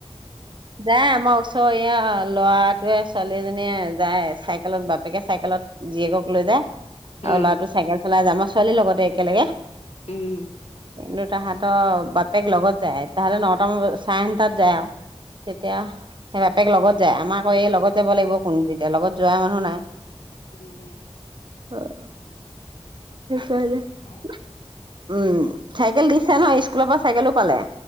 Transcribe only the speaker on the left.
উম,
উম
উম উম
অ',